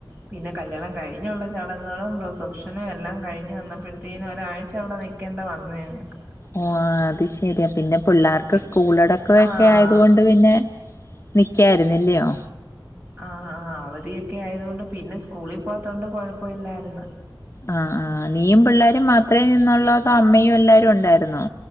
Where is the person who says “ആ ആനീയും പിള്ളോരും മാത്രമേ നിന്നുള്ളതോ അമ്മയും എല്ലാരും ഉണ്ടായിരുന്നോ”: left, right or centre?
Left